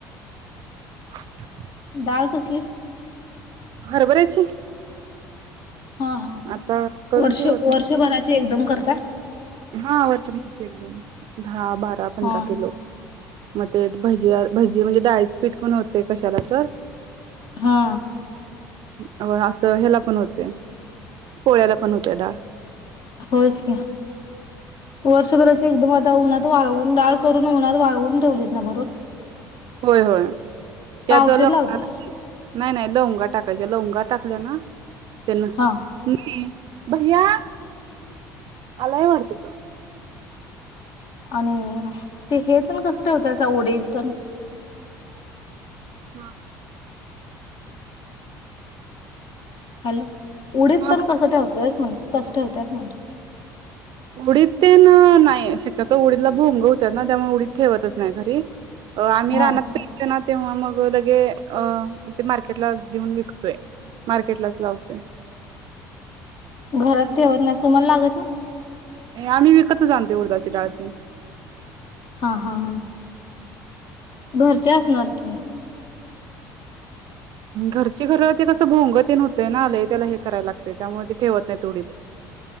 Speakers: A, on the right; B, on the left.
A: <unintelligible>
B: डाळ कसली?
A: हरभऱ्याची
B: हा हा
A: आता करून
B: वर्ष
A: ठेवत
B: वर्षभराचे एकदम करत का.
A: नाही हा वरच्या भागाची एकदम. हा बारा पंधरा
B: हा
A: किलो. मग ते भजी भजी म्हणजे डाळीच पीठ पण होते कशाला तर.
B: हा
A: हम् असं ह्याला पण होते पोळ्याला पण होते डाळ.
B: होच का्या. वर्षभराची एकदम आता उन्हात वाळवून डाळ करून उन्हात वाळवून ठेवलीस ना भरून.
A: होय होय. त्यात
B: का औषध
A: लवंग
B: लावतास?
A: नाही नाही लवंगा टाकायच्या लवंगा. टाकले ना. त्यांना
B: हा
A: नाही. भैया आलाय वाटत तो.
B: आणि ते हे कस होत तळ उठीद
A: हा
B: हॅलो उडीत
A: हा
B: पण कस ठेवत. कसं ठेवतेस म्हटलं.
A: उडीत ते ना नाही शक्यतो उडीला भोंगवत ना त्यामुळे उडीत ठेवतच नाही घरी. अ आम्ही
B: हा
A: रानातं पैक ना. तेव्हा मग लगे अ ते मार्केटला देऊन विकतोय मार्केटलाच लावतोय.
B: घरात ठेवत न तुम्हाला लागत ना
A: आम्ही विकतच जातो उडदाची डाळातेन.
B: हा हा हा घरचे असणार की.
A: घरची घर ते कसं भोंगतेन होतय ना आले त्याला हे करायला लागतय त्यामुळे ते ठेवत नाही थोडी.